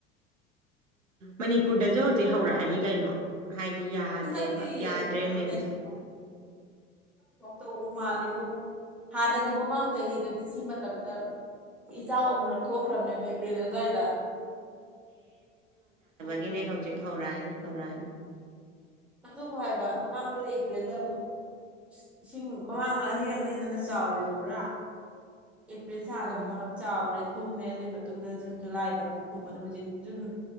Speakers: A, on the right; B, in the centre.
A: ꯃꯅꯤꯄꯨꯔꯗꯁꯨ ꯍꯧꯖꯤꯛ ꯍꯧꯔꯛꯑꯅꯤ ꯀꯩꯅꯣ ꯍꯥꯏꯗꯤ ꯌꯥꯗ꯭ꯔꯦꯕ
B: ꯍꯟꯗꯛꯇꯤ
A: ꯌꯥꯗ꯭ꯔꯦ
B: ꯑꯩꯗꯤꯕꯣ
A: ꯃꯤꯟꯁ
B: ꯂꯩ ꯇꯧꯕꯨ ꯃꯥꯜꯂꯤꯕꯣ ꯍꯥꯟꯅꯗꯤ ꯃꯃꯥꯡ ꯆꯍꯤꯗꯗꯤ ꯁꯤ ꯇꯝꯗ <unintelligible> ꯏꯆꯥꯎ ꯑꯃꯨꯔꯛ ꯊꯣꯛꯈ꯭ꯔꯝꯅꯦꯃꯦ ꯑꯦꯄ꯭ꯔꯤꯜ ꯑꯗꯨꯋꯥꯏꯗ
A: ꯒꯤꯅꯦ ꯍꯧꯖꯤꯛ ꯍꯧꯔꯛꯑꯅꯤ ꯍꯧꯔꯛꯑꯅꯤ꯫
B: ꯑꯗꯨꯕꯨ ꯍꯥꯏꯕ ꯃꯃꯥꯡ <unintelligible> ꯑꯦꯄ꯭ꯔꯤꯜꯗ ꯑꯃꯨꯛ ꯏꯁꯤꯡ ꯃꯃꯥꯡꯗ ꯑꯅꯤꯔꯛꯅꯦꯗꯅ ꯆꯥꯎꯔꯤꯗꯣꯕ꯭ꯔꯥ ꯑꯦꯄ꯭ꯔꯤꯜ ꯊꯥꯗ
A: ꯎꯝ
B: ꯑꯃꯨꯔꯛ ꯆꯥꯎꯔꯦ ꯊꯨꯝꯃꯦ ꯑꯗꯨꯏ ꯃꯇꯨꯡ ꯃꯇꯨꯡꯗ ꯖꯨꯟ ꯖꯨꯂꯥꯏꯗ ꯑꯃꯨꯛ ꯊꯨꯝꯕꯅꯤ ꯍꯧꯖꯤꯛ ꯖꯨꯟ